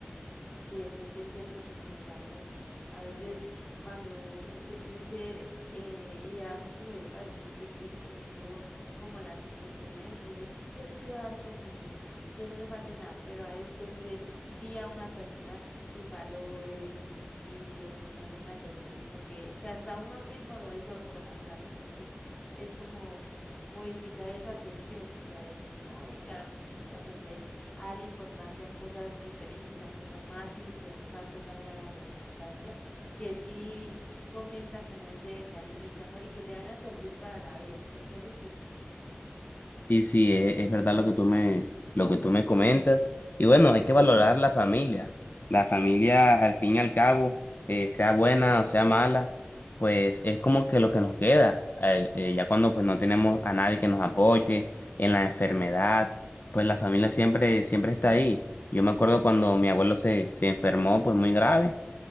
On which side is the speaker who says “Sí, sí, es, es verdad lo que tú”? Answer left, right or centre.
Left